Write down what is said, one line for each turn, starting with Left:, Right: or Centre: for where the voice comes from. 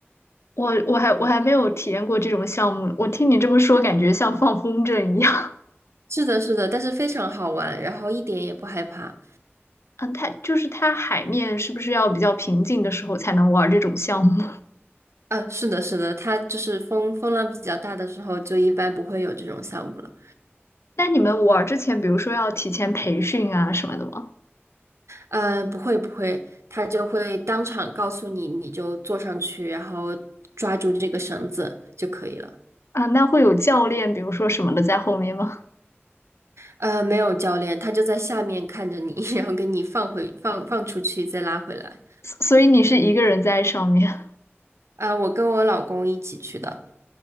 Left: 我我还我还没有体验过这种项目，我听你这么说，感觉像放风筝一样。<laughs>
Right: 是的，是的，但是非常好玩，然后一点也不害怕。
Left: 嗯，它就是它海面是不是要比较平静的时候才能玩这种项目？
Right: 啊，是的，是的，它就是风风浪比较大的时候，就一般不会有这种项目了。
Left: 那你们玩儿之前，比如说要提前培训啊什么的吗？
Right: 嗯，不会不会，它就会当场告诉你，你就坐上去，然后抓住这个绳子就可以了。
Left: 啊，那会有教练，比如说什么的在后面吗？
Right: 呃，没有教练，他就在下面看着你，<laughs> 然后给你放回放放出去，再拉回来。
Left: 所所以你是一个人在上面，
Right: 啊、我跟我老公一起去的，